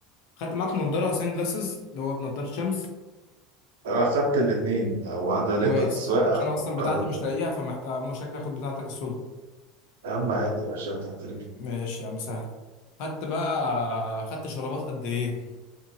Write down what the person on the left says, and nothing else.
خدت معاك نضاره سان جلاسز اللي هو بنضاره شمس
كويس
عشان اصلا بتاعتي
مش لاقيها فمحتاج مش شكلي اخد بتاعتك السودا
ماشي يا عم سهل خدت بقى خدت شرابات قد ايه